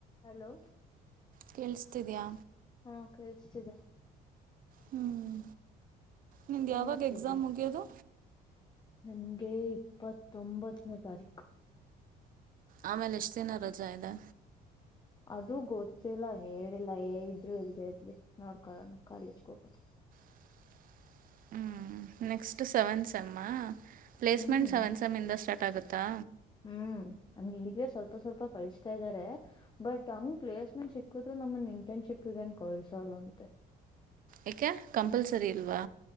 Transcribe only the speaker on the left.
Hello
ಹೊ ಕೇಳಿಸ್ತಿದೆ.
ಏನ್ ಮಾಡ್ತಿದ್ಯಾ
ನನ್ಗೆ ಇಪ್ಪತ್ತೊಂಬತ್ತನೇ ತಾರೀಕು.
ಅದು ಗೊತ್ತಿಲ್ಲ ಹೇಳಿಲ್ಲ ಏ ಇದ್ರು ಇಲ್ದ ಇರ್ಲಿ ನೋಡ್ಕಳೋಣ ಕಾಲೇಜ್ಗೆ ಹೋಗದು.
ಹ್ಮ್
ಹ್ಮ್ ನಂಗ ಈಗೇ ಸ್ವಲ್ಪ ಸ್ವಲ್ಪ ಕಳಿಸತಾ ಇದಾರೆ ಬಟ್ ಹಂಗ್ ಪ್ಲೇಸ್ಮೆಂಟ್ ಸಿ ಹದ್ರರು ನಮ್ಮಗೆನ್ ಇಂಟನ್ಶಿಪ್ಗೇನ್ ಕಳ್ಸೋಲ್ಂತೆ.